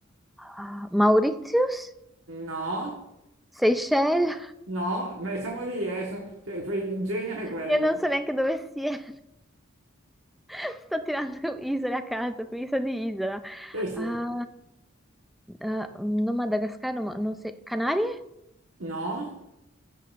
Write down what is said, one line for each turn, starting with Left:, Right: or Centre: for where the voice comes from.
Centre: Ah, Mauritius?
Right: No,
Centre: Seychelles?
Right: no, ma siamo lì, eh, so- cioè, que- in genere è quello.
Centre: Io non so neanche dove siano. <laughs> Sto tirando isole a caso, quindi so di isola.
Right: Eh sì,
Centre: Ah, ah, non Madagascar, no, ma- non so. Canarie?
Right: no.